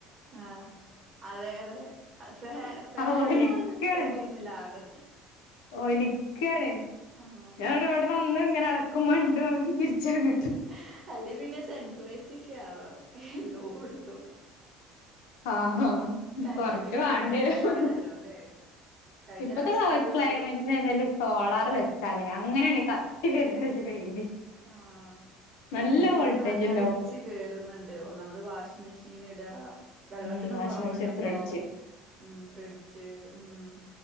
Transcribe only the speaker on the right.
ആ അതെ അതെ ഫ ഫാ
നില്ലാതെെ നിക്കാൻ കഴിയുന്നില്ല ആക
ആഹ്
ഹ്ഹ അല്ലെ പിന്നെ സെൻട്രലൈസി ഒക്കെ ആവണം എല്ലോട്ത്തും
കറണ്ട്
ബില്ല്
ഇപ്പ അതിലേറെന്നെയാണല്ലോ
ല്ലെ കഴിഞ്ഞ
പ്രാവശ്യത്തെ അപേക്ഷക്ക്
ആഹ് കറണ്ട്
ബില്ല്
ഇപ്പ നല്ല
അടിച്ച് കേറ്ന്ന്ണ്ട്. നമ്മള് വാഷിംഗ് മെഷീൻ ഇടാ വെള്ളത്തിനും
കുറവുണ്ട്
ഇപ്പം.
ഉം ഫ്രിഡ്ജ്. ഉം